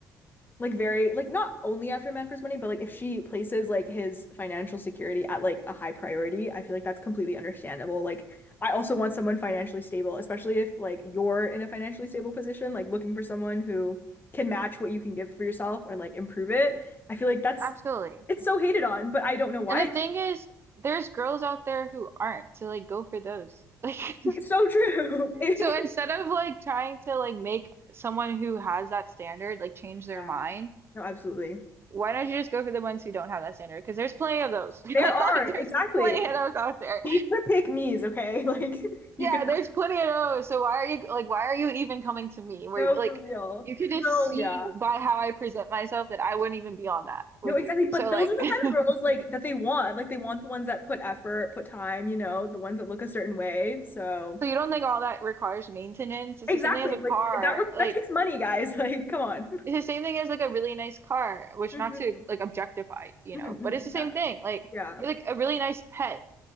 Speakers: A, on the left (about 30°); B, on the right (about 35°).
A: like very like not only after men for his money, but like if she places like his financial security at like a high priority, I feel like that's completely understandable. Like I also want someone financially stable, especially if like you're in a financially stable position, like looking for someone who can match what you can give for yourself and like improve it. I feel like that's
B: Absolutely.
A: It's so hated on, but I don't know why.
B: And the thing is, there's girls out there who aren't, so like go for those. <laughs> Like
A: It's so true. <laughs>
B: so instead of like trying to like make someone who has that standard like change their
A: Yeah.
B: mind,
A: No, absolutely.
B: why don't you just go for the ones who don't have that standard? Because there's plenty of those. <laughs>
A: There
B: Like
A: are,
B: there's
A: exactly.
B: plenty of those out there.
A: Take the pick me's, okay? <laughs> Like you
B: Yeah,
A: can
B: there's plenty of those. So why are you like why are you even coming to me? Where
A: no
B: like
A: for real.
B: you could just
A: No,
B: see
A: yeah.
B: by how I present myself that I wouldn't even be on that with
A: No, exactly.
B: you.
A: But
B: So
A: those
B: like
A: are the kind of girls
B: <laughs>
A: like that they want. Like they want the ones that put effort, put time, you know, the ones that look a certain way. So
B: So you don't think all that requires maintenance? It's
A: exactly.
B: the same thing as a
A: Like
B: car.
A: that re
B: Like
A: that takes money, guys. <laughs> Like, come on.
B: it's the same thing as like a really nice car, which
A: Mhm.
B: not to like objectify, you
A: Mhm,
B: know,
A: mhm.
B: but it's the same
A: Yeah.
B: thing. Like
A: Yeah.
B: like a really nice pet.